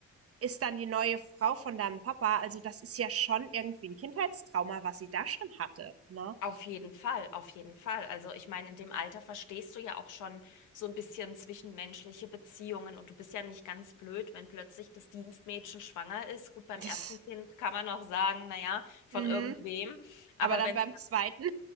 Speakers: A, on the right; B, on the left.
A: ist dann die neue Frau von deinem Papa. Also das ist ja schon irgendwie ein Kindheitstrauma, was sie da schon hatte, ne?
B: Auf jeden Fall, auf jeden Fall. Also ich meine, in dem Alter verstehst du ja auch schon so ein bisschen zwischenmenschliche Beziehungen und du bist ja nicht ganz blöd, wenn plötzlich das Dienstmädchen schwanger ist. Gut, beim
A: Das,
B: ersten Kind kann man noch sagen, naja, von
A: mhm.
B: irgendwem. Aber
A: Aber dann
B: wenn
A: beim zweiten,